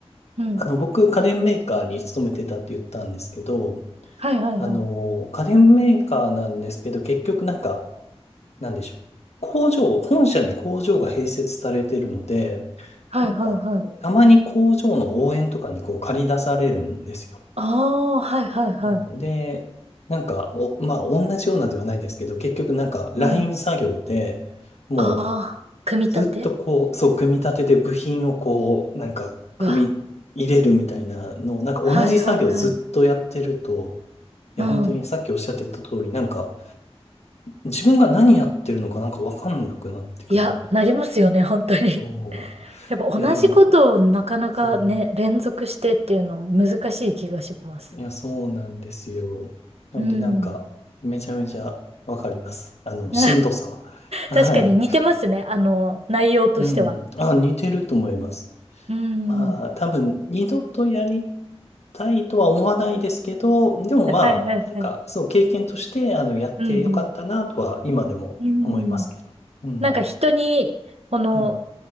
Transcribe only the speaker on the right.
うん。
はいはいはい。
はいはいはい。
ああ、はいはいはい。
うん。
ああ、組み立て
うわ。
はいはいはい。
うん。
いや、なりますよね、本当に。<laughs>
やっぱ同じことをなかなかね、
連続してっていうの難しい気がします。
うん。
<laughs>
確かに似てますね、
あの、内容としては。
うん。
はいはいはい。
うんうん。
うんうん。
なんか人に、この、